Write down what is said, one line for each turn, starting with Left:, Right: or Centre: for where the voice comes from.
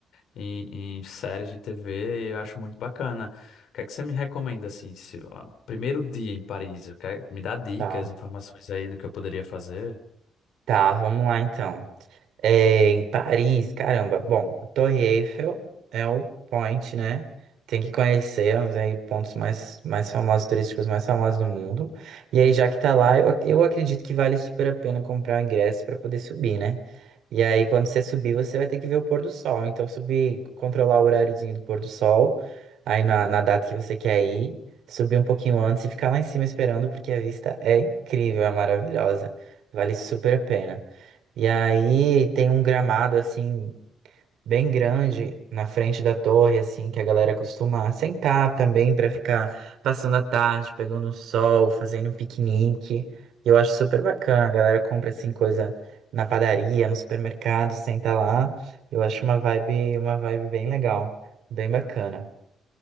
Left: em, em séries de TV. e Eu acho muito bacana. O que é que você me recomenda, assim, se, ó, primeiro dia em Paris? O que é- me dá dicas,
Right: Tá,
Left: informações aí do que eu poderia fazer?
Right: tá, vamos lá então. É, em Paris, caramba. Bom, a Torre Eiffel é o point, né? Tem que conhecer os aí pontos mais, mais famosos, turísticos mais famosos do mundo. E aí, já que tá lá, eu, ac- eu acredito que vale super a pena comprar o ingresso para poder subir, né? E aí, quando você subir, você vai ter que ver o pôr do sol. Então, subir, controlar o horáriozinho do pôr do sol, aí na, na data que você quer ir, subir um pouquinho antes e ficar lá em cima esperando, porque a vista é incrível, é maravilhosa. Vale super a pena. E aí tem um gramado assim bem grande na frente da torre, assim, que a galera costuma sentar também para ficar passando a tarde, pegando o sol, fazendo um piquenique. E eu acho super bacana. A galera compra assim coisa na padaria, no supermercado, senta lá. Eu acho uma vibe, uma vibe bem legal, bem bacana.